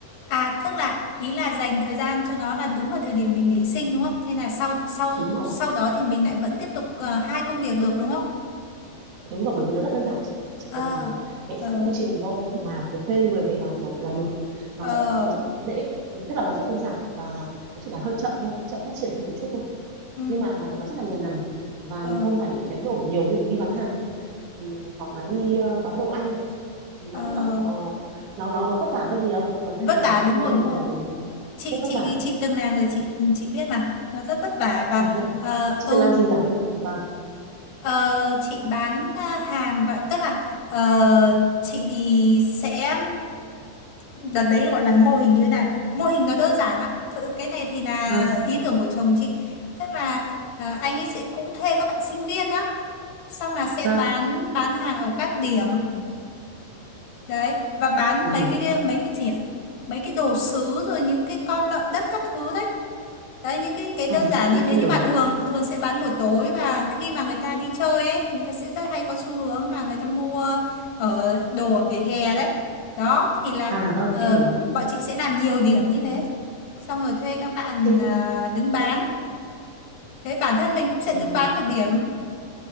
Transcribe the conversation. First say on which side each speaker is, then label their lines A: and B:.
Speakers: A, on the left; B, on the right.
A: À tức là ý là dành thời gian cho nó là đúng vào thời điểm mình nghỉ sinh đúng không? Nên là sau sau
B: đúng rồi
A: sau đó thì mình lại vẫn tiếp tục ờ, hai công việc được đúng không?
B: Đúng rồi, bởi vì nó rất đơn giản chị ạ. Chỉ
A: Ờ
B: cần vẽ
A: ờ
B: sẵn quy trình thôi là việc thuê người về làm là, là được. Nó
A: ờ
B: rất nó rất dễ, tức là nó rất đơn giản và nó chỉ là hơi chậm thôi, chậm phát triển hơn một chút thôi.
A: ừ
B: Nhưng mà nó rất là nhàn và
A: ờ
B: mình không phải đánh đổi nhiều như đi bán hàng ừm, hoặc là đi ờ, bán đồ ăn nó
A: ờ
B: rất là khó, nó nó nó vất vả hơn nhiều. Còn đây
A: vất
B: là
A: vả đúng
B: công
A: rồi
B: việc
A: đúng
B: này
A: rồi.
B: thì
A: Chị
B: rất vất
A: chị
B: vả.
A: chị từng làm rồi chị chị biết mà. Nó rất vất vả và
B: À thế à?
A: ờ
B: Chị
A: ừ
B: từng làm gì nhỉ? Ừ, Vâng,
A: Ờ, chị bán à, hàng vậy tức là ờ, chị thì sẽ ừm, đợt đấy gọi là mô hình như thế này mô hình nó đơn giản lắm thử cái này thì là
B: vâng,
A: ý tưởng của chồng chị tức là ờ, anh ấy sẽ cũng thuê các bạn sinh viên đó xong là sẽ
B: vâng.
A: bán bán hàng ở các điểm đấy và bán
B: Ừ.
A: mấy cái mấy cái gì ạ mấy cái đồ sứ rồi những cái con lợn đất các thứ đấy Đấy những cái cái đơn
B: À,
A: giản
B: à
A: như
B: em
A: thế nhưng
B: hiểu
A: mà
B: rồi.
A: thường thường sẽ bán buổi tối và khi mà người ta đi chơi ấy thì người ta sẽ rất hay có xu hướng là người ta mua ở đồ ở vỉa hè đấy. Đó thì là
B: À vâng,
A: ờ,
B: em hiểu rồi.
A: bọn chị sẽ làm nhiều điểm như thế. Xong rồi thuê các bạn
B: Thế
A: à, đứng bán. Thế bản thân mình cũng sẽ
B: ừ,
A: đứng bán một điểm